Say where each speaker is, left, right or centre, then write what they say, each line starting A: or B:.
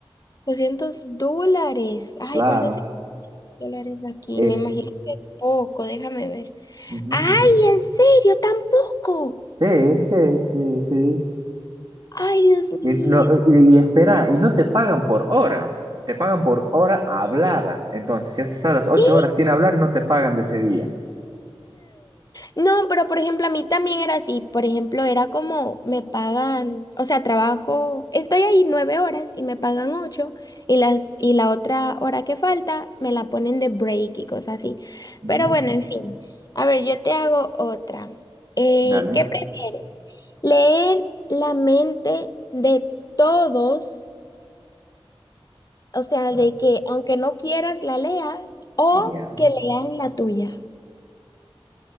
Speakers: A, on the left; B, on the right.
A: 200 dólares. Ay,
B: Claro.
A: ¿cuánto dólares aquí,
B: Eh,
A: me imagino que es poco, déjame ver.
B: ujú,
A: ¡Ay,
B: ujú.
A: en serio, tampoco!
B: Sí, sí, sí, sí.
A: ¡Ay, Dios
B: Y,
A: mío!
B: no, y, y espera, y no te pagan por hora, te pagan por hora hablada. Entonces, si has estado las ocho
A: <laughs>
B: horas sin hablar, no te pagan de ese día.
A: No, pero por ejemplo, a mí también era así. Por ejemplo, era como me pagan, o sea, trabajo, estoy ahí nueve horas y me pagan ocho y las, y la otra hora que falta me la ponen de break y cosas así.
B: Ujú,
A: Pero bueno, en fin. A ver, yo te hago otra. Eh,
B: Dale.
A: ¿qué prefieres? ¿Leer la mente de todos? O sea,
B: Ah,
A: de que aunque no quieras, la leas o
B: ya.
A: que leas la tuya.